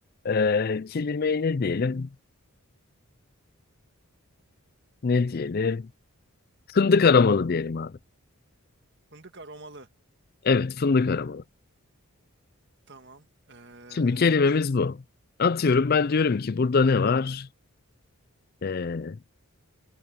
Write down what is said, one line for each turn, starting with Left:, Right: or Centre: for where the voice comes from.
Left: Ee, kelimeyi ne diyelim? Ne diyelim? Fındık aramalı diyelim abi.
Right: Fındık aromalı.
Left: Evet, fındık aramalı.
Right: Tamam. Ee,
Left: Şimdi kelimemiz bu. Atıyorum ben diyorum ki burada ne var? Ee,